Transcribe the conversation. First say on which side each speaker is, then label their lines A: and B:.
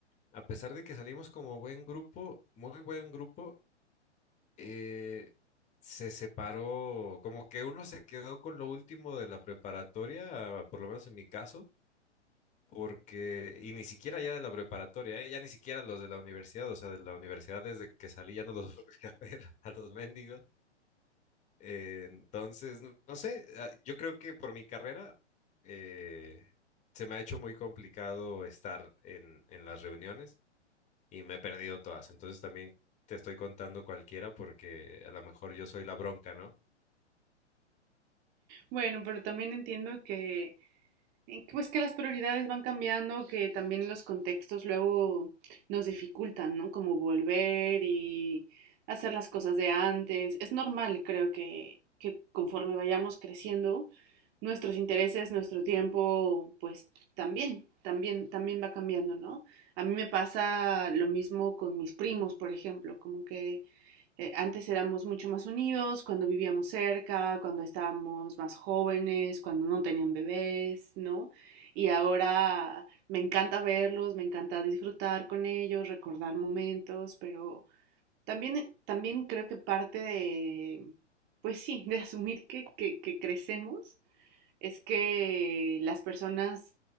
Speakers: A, on the left; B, on the right.
A: a pesar de que salimos como buen grupo, muy buen grupo, eh, se separó, como que uno se quedó con lo último de la preparatoria, por lo menos en mi caso Porque, y ni siquiera ya de la preparatoria, ¿eh? Ya ni siquiera los de la universidad, o sea, de la universidad desde que salí ya no los <laughs> volví a ver a los mendigos. Eh, entonces, no, no sé, ah, yo creo que por mi carrera eh, se me ha hecho muy complicado estar en, en las reuniones y me he perdido todas. Entonces también te estoy contando cualquiera porque a lo mejor yo soy la bronca, ¿no?
B: Bueno, pero también entiendo que Pues que las prioridades van cambiando, que también los contextos luego nos dificultan, ¿no? Como volver y hacer las cosas de antes. Es normal, creo que, que conforme vayamos creciendo, nuestros intereses, nuestro tiempo, pues también, también, también va cambiando, ¿no? A mí me pasa lo mismo con mis primos, por ejemplo, como que eh, antes éramos mucho más unidos cuando vivíamos cerca, cuando estábamos más jóvenes, cuando no tenían bebés, ¿no? Y ahora me encanta verlos, me encanta disfrutar con ellos, recordar momentos, pero también, también creo que parte de, pues sí, de asumir que, que, que crecemos es que las personas